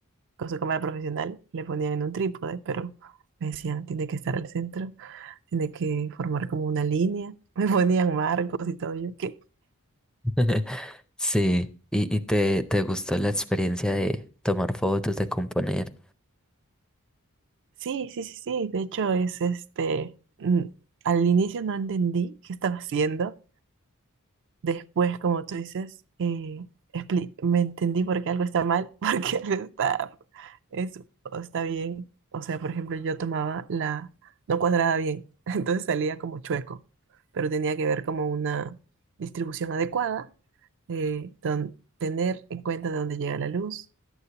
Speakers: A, on the right (about 55°); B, in the centre.
A: con su cámara profesional, le ponían en un trípode, pero me decían, tiene que estar al centro, tiene que formar como una línea. <laughs> Me ponían marcos y todo. Yo, que
B: <laughs> Sí, y, y te, te gustó la experiencia de tomar fotos, de componer.
A: Sí, sí, sí, sí. De hecho, es este, mm, al inicio no entendí qué estaba haciendo, Después, como tú dices, eh, expli- me entendí por qué algo está mal, <laughs> por qué algo está, es, o está bien. O sea, por ejemplo, yo tomaba la, no cuadraba bien, <laughs> entonces salía como chueco, pero tenía que ver como una distribución adecuada, eh, don- tener en cuenta de dónde llega la luz,